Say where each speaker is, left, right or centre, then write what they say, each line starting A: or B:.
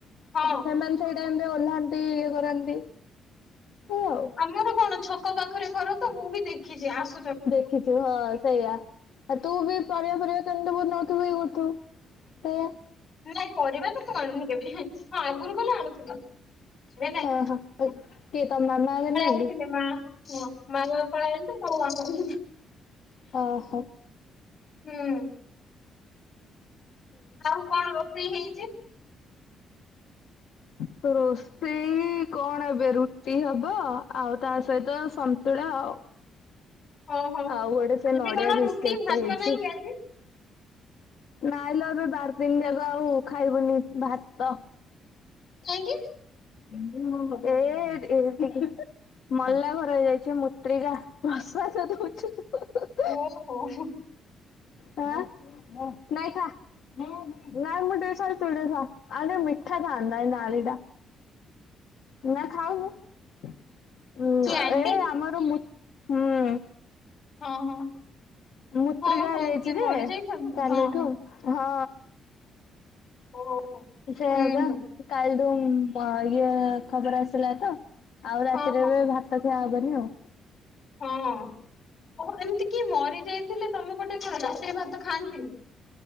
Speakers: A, on the left; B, on the left.
A: ହଁ।
B: ସେମାନେ ସେଇ ଟାଇମ୍ ରେ ଓହ୍ଲାନ୍ତି ଇଏ କରନ୍ତି ହୁ ଆଉ
A: ଆମର କଣ ଛକ ପାଖରେ ଘର ତ ମୁଁ ବି ଦେଖିଛି ଆସ
B: ଦେଖିଛ ହଁ ସେଇଆ। ଆଉ ତୁ ବି ପରିବା ଫରିବା କିଣୁଥିବୁ ନଉଥିବୁ ଇଏ କରୁଥିବୁ, ସେଇଆ।
A: ନାଇଁ ପରିବା ତ ମୁଁ ଆଣୁନି କେବେ, ହଁ ଆଗୁରୁ ଗଲେ ଆଣୁଥିଲି।
B: ଓହୋ କିଏ ତମ ମାମା ଆଗ ନିଅନ୍ତି
A: <unintelligible> ହୁଁ <unintelligible>
B: ଅହ।
A: ହୁଁ, ଆଉ କଣ ରୋଷେଇ ହେଇଛି?
B: ତ ରୋଷେଇ ଇ କଣ ଏବେ ରୁଟି ହବ ଆଉ ତା ସହିତ ସନ୍ତୁଳା ଆଉ।
A: ଓହୋ
B: ଆଉ ଗୋଟେ ସେ
A: ଆଜି
B: ନଡିଆ
A: କଣ
B: ବିସ୍କିଟ୍
A: ରୁଟି ଭାତ
B: ଟେ ହେଇଛି।
A: ନାହିଁ କି ଆଜି
B: ନାଇଁଲୋ ଏବେ ବାର୍ ଦିନି ଯାକ ଆଉ ଖାଇବୁନି ଭାତ।
A: କାହିଁକି?
B: <inaudible> ମଲା ଘର ହେଇଯାଇଛି ମୁତ୍ରିକା ବସବାସ ଦଉଛୁ ତୁ ହୁ-ହୁ।
A: ଓ ହୋ।
B: ହାଁ ନାଇଁ ଖାଆ। <unintelligible> ଆଉ ଟିକେ ମିଠା ଥାନ୍ତା ଏ ନାଳି ଟା। ନା ଖାଉନୁ। ଉଁ
A: କିଏ ଆଣ୍ଟି
B: ଏ ଆମର ମୁ ହୁଁ
A: ହଁ ହଁ।
B: ମୁତ୍ରିକିଆ
A: ହଁ ହଁ
B: ହେଇଯାଇଛି
A: କିଏ
B: ଯେ,
A: ମରି ଯାଇଛନ୍ତି
B: କାଲିଠୁ
A: ହଁ ହଁ
B: ହଁ।
A: ଓହୋ।
B: ସେଇଆ
A: ହୁଁ
B: ବା
A: ହୁଁ
B: କାଲିଠୁ ଉଁ ଇଏ ଖବର ଆସିଲା ତ। ଆଉ ରାତିରେ
A: ହଁ ହଁ
B: ଏବେ ଭାତ ଖିଆ ହବନି ଆଉ।
A: ହଁ ଓହୋ ଏମିତି କିଏ ମରିଯାଇଥିଲେ ତମ ପଟେ କଣ ରାତିରେ ଭାତ ଖାଆନ୍ତିନି?